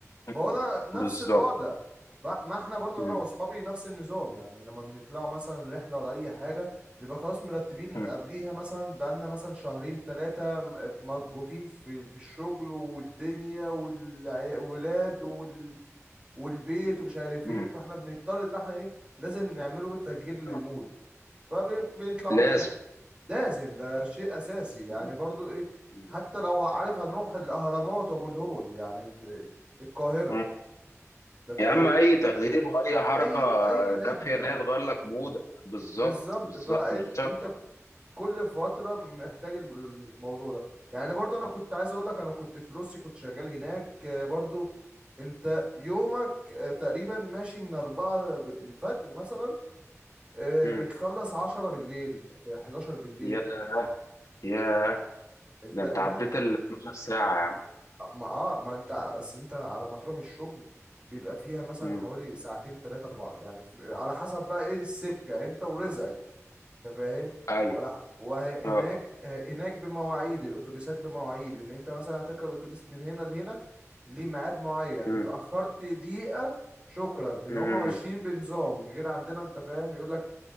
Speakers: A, on the left; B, on the right.
A: إمم،
B: فهو ده نفس
A: بالضبط،
B: الوضع ف- ما احنا برضو
A: إمم،
B: انا واصحابي نفس النظام يعني لما بنطلعوا مثلا رحله ولا اي حاجه نبقى خلاص مرتبين
A: إمم،
B: قبليها مثلا بقالنا مثلا شهرين ثلاثه مضغوطين في في الشغل والدنيا والولاد وال والبيت ومش عارف
A: إمم،
B: ايه فاحنا بنضطر اللي احنا ايه لازم نعمله تغيير للمود
A: آه،
B: فبنطلعوا
A: لازم،
B: رحله لازم ده شيء اساسي يعني
A: إمم،
B: برضو ايه
A: إمم،
B: حتى لو عارف هنروح الاهرامات وابو الهول يعني ال- القاهره
A: إمم.
B: انت فاهم
A: يا عم اي تغيير واي حركه
B: اي اي رحله
A: كافيه ان هي تغير لك مودك بالظبط
B: بالظبط
A: بالظبط
B: فانت
A: مش شرط
B: انت كل فتره محتاج الم- الموضوع ده يعني برضو انا كنت عايز اقول لك انا كنت في روسيا كنت شغال هناك آه، برضو انت يومك آه، تقريبا ماشي من 4 ب- الفجر مثلا آه،
A: مم.
B: بتخلص 10 بالليل آه، 11 بالليل
A: يا يا
B: انت
A: ده انت
B: انت
A: عديت ال 12 ساعه يا عم
B: ما اه ما انت اصل انت على ما تروح الشغل بيبقى فيها مثلا
A: مم.
B: حوالي ساعتين تلاتة أربعة يعني في- على حسب بقى ايه السكة انت ورزقك انت فاهم
A: ايوه
B: ولا وهناك
A: اه
B: هناك بمواعيد الاتوبيسات بمواعيد اللي انت مثلا هتركب اتوبيس من هنا لهنا ليه ميعاد معين
A: مم.
B: اتاخرت دقيقه شكرا ان
A: مم.
B: هما ماشيين بنظام غير عندنا انت فاهم يقول لك